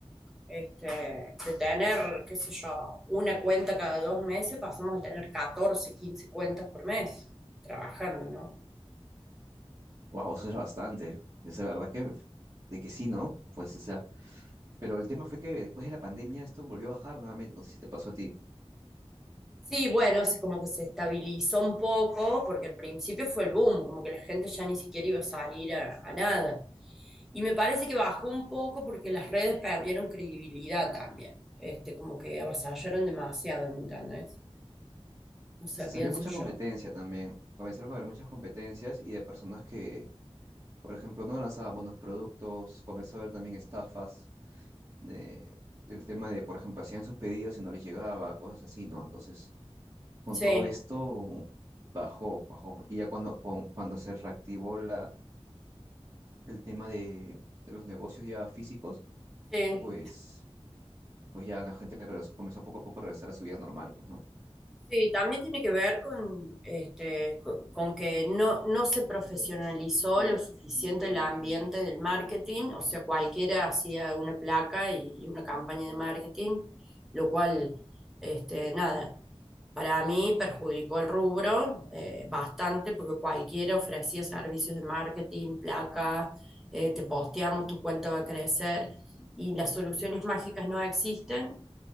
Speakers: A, in the centre; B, on the right.
A: Este, de tener, qué sé yo, una cuenta cada dos meses, pasamos a tener 14 15 cuentas por mes trabajando, ¿no?
B: Wow, eso es bastante. Es la verdad que, de que sí, ¿no? Pues, o sea, pero el tema fue que después de la pandemia esto volvió a bajar nuevamente. No sé si te pasó a ti.
A: Sí, bueno, es como que se estabilizó un poco, porque al principio fue el boom, como que la gente ya ni siquiera iba a salir a, a nada. Y me parece que bajó un poco porque las redes perdieron credibilidad también, este, como que avasallaron demasiado, ¿me entendés? No sé,
B: Salió
A: pienso
B: mucha
A: yo.
B: competencia también. Comenzaron a haber muchas competencias y de personas que, por ejemplo, no lanzaban buenos productos. Comenzó a haber también estafas. de- el tema de, por ejemplo, hacían sus pedidos y no les llegaba, cosas así, ¿no? Entonces, con
A: Sí,
B: todo esto, bajó, bajó. Y ya cuando, con- cuando se reactivó la, el tema de, de los negocios ya físicos,
A: sí.
B: pues, pues ya la gente regresó, comenzó poco a poco a regresar a su vida normal, pues, ¿no?
A: Sí, también tiene que ver con, este, con, con que no, no se profesionalizó lo suficiente el ambiente del marketing, o sea, cualquiera hacía una placa y, y una campaña de marketing, lo cual, este, nada, para mí perjudicó el rubro eh, bastante porque cualquiera ofrecía servicios de marketing, placas, eh, te posteamos, tu cuenta va a crecer y las soluciones mágicas no existen.